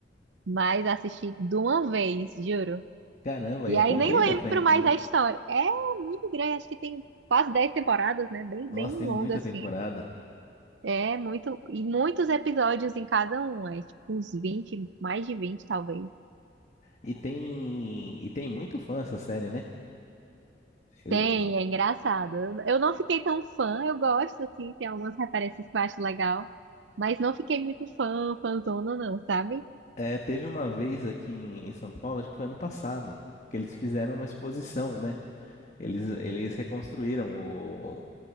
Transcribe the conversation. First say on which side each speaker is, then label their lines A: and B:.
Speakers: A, on the right; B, on the left.
A: Mas assisti de uma vez, juro.
B: Caramba,
A: E
B: e é
A: aí
B: comprida,
A: nem lembro
B: Friends.
A: mais
B: no-
A: da história. É muito grande, acho que tem quase 10 temporadas, né? Bem,
B: Nossa,
A: bem
B: tem
A: longa,
B: muita
A: assim.
B: temporada.
A: É muito. E muitos episódios em cada um, é tipo uns 20, mais de 20 talvez.
B: E tem, e tem muito fã essa série, né? Eu,
A: Tem, é engraçado. Eu não fiquei tão fã, eu gosto, assim, tem algumas referências que eu acho legal, mas não fiquei muito fã, fãzona não, sabe?
B: é, teve uma vez aqui em em São Paulo, acho que foi ano passado, que eles fizeram uma exposição, né? Eles, eles reconstruíram o-